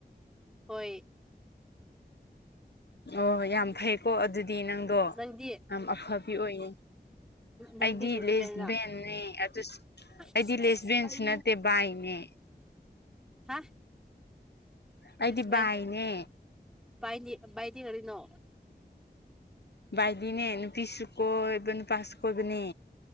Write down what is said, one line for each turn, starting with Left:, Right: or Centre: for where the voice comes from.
Centre: ꯍꯣꯏ
Left: ꯑꯣ ꯌꯥꯝ ꯐꯩꯀꯣ ꯑꯗꯨꯗꯤ ꯅꯪꯗꯣ
Centre: ꯅꯪꯗꯤ
Left: ꯌꯥꯝ ꯑꯐꯕꯤ ꯑꯣꯏꯌꯦ
Centre: ꯅꯪꯗꯤ
Left: ꯑꯩꯗꯤ
Centre: ꯂꯦꯁꯕꯤꯌꯟꯔꯥ
Left: ꯂꯦꯁ ꯚꯦꯟꯅꯤ ꯑꯗꯨꯁꯨ
Centre: ꯑꯁ
Left: ꯑꯩꯗꯤ ꯂꯦꯁ ꯚꯦꯟꯁꯨ
Centre: ꯇꯜꯂꯦ
Left: ꯅꯠꯇꯦ ꯕꯥꯏꯅꯦ
Centre: ꯍꯥ
Left: ꯑꯩꯗꯤ
Centre: ꯂ°ꯁ ꯚꯦꯟꯁ
Left: ꯕꯥꯏꯅꯦ
Centre: ꯕꯥꯏꯗꯤ ꯕꯥꯢꯗꯤ ꯀꯔꯤꯅꯣ
Left: ꯥꯕꯥꯏꯗꯤꯅꯦ ꯅꯨꯄꯤꯁꯨ ꯀꯣꯏꯕ ꯅꯨꯄꯥꯁꯨ ꯀꯣꯏꯕꯅꯦ